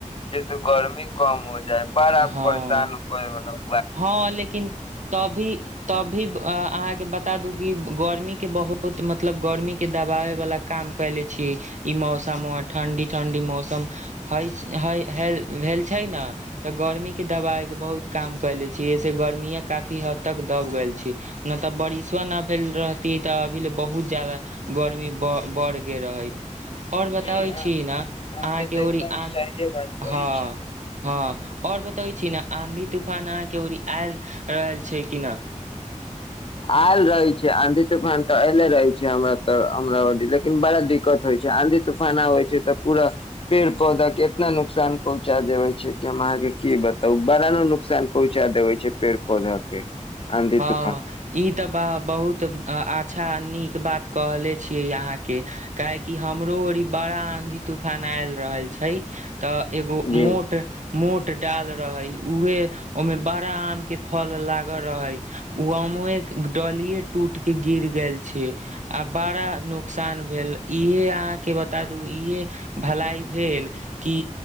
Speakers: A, on the left; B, on the right.
A: जैसे गर्मी कम हो जाए बड़ा
B: हँ
A: परेशान कोय मतलब
B: हँ लेकिन तभी तभी अहाँके बता दू कि गर्मीके बहुत मतलब गर्मीके दबाबैवला काम कयले छी ई मौसम व ठंडी ठंडी मौसम हय हय भेल छै न गर्मी के दवाई के बहुत काम कैले छी जसे गर्मीए काफी हद तक दब गेल छी न तऽ बारिसवा न भेल रहती तऽ अभी ले बहुत ज्यादा गर्मी ब बढ़ गे रहै और बताबै
A: जी अहाँ
B: छी न अहाँके
A: के तऽ
B: ओर
A: एकदम
B: ई
A: सहिए बात कहै
B: हँ
A: छी
B: हँ और बतइ छी न आंधी तूफान अहाँके औरी आयल छै कि न
A: आयल रहे छै आंधी तूफान तऽ ऐले रहे छै हमरा तऽ हमरा औरी लेकिन बड़ा दिक्कत होइ छै आंधी तूफान आ होइ छै तऽ पूरा पेड़ पौधा के इतना नुकसान पहुँचा देबै छै अहाँ के की बताउ बड़ा न नुकसान पहुंचा देबै छै पेड़ पौधा के आंधी तू
B: हँ ई तऽ बा बहुत अच्छा नीक बात कहले छियै अहाँ के काहै की हमरो औरी बा बड़ा आंधी तूफान आयल रहल छै तऽ एगो
A: जी
B: मोट मोट डाल रहे उहे ओमे बड़ा आम के फल लागल रहै उमोए के डलीेया टूट के गिर गेल छै आ बड़ा नौक नसान भेल इहे अहाँके बता द इहे भलाइ भेल कि